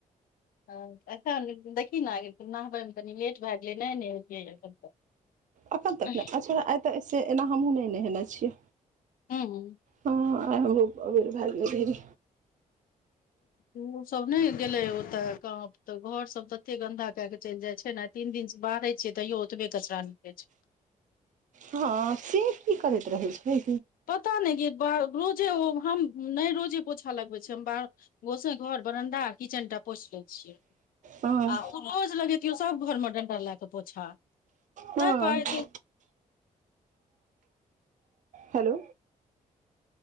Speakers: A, on the left (about 85°); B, on the right (about 60°).
A: अच्छा देखी ने नहबेमे कनि लेट भेगेल नहि ने नेह‌एतिय तब तक
B: एखन
A: <unintelligible>
B: तक नहि अच्छा आइ तऽ एना हमहुँ नहि नेहेने छियै
A: हूँ
B: ह आइ हमरो आबेर भ गेल‌ए
A: ओ सब नहि गेलै ओत तऽ गाँव घर सब तते गन्दा केएके चलि जाइ छै आइ तीन दिनसे बाराय छिय तैयो ओतवे कचरा निकल छै
B: हँ से की करैत रहै छै
A: पता नहि कि ब रोजे ओ हम नहि रोजे पोछा लगबै छै हम ब गोसै घर बरांडा किचेन टा पोछल‌ए छिय
B: हँ
A: आ ओ रोज लगेैतियौ सभ घरमे डंडा लए कऽ पोछा
B: हँ
A: ताहि प
B: हेलो